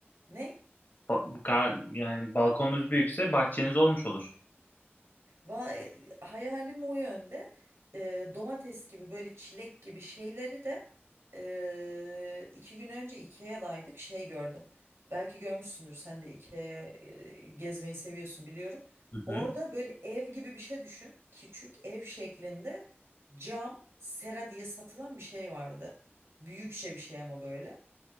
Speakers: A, on the right; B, on the left.
A: ne?
B: Ba- gar- yani balkonunuz büyükse bahçeniz olmuş olur.
A: Vay, hayalim o yönde. Eee, domates gibi böyle çilek gibi şeyleri de eee, iki gün önce IKEA'daydık şey gördüm. Belki görmüşsündür sen de IKEA'ya eee, gezmeyi seviyorsun biliyorum.
B: Hı
A: Orada
B: hı.
A: böyle ev gibi bir şey düşün. Küçük ev şeklinde cam sera diye satılan bir şey vardı. Büyükçe bir şey ama böyle.